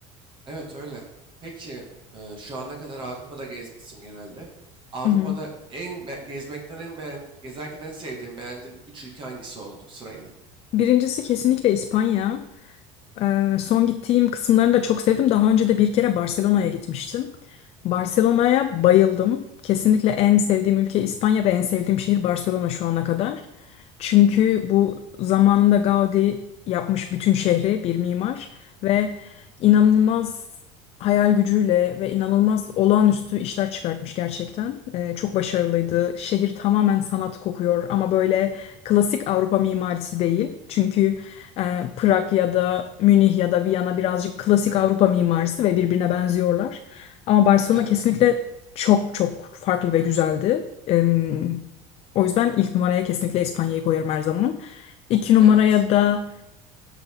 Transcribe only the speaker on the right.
Evet öyle. Peki e, şu ana kadar Avrupa'da gezmişsin genelde. Avrupa'da
en be- gezmekten en beğen gezerken en sevdiğin beğendiğin 3 ülke hangisi oldu sırayla?
Evet.
Evet.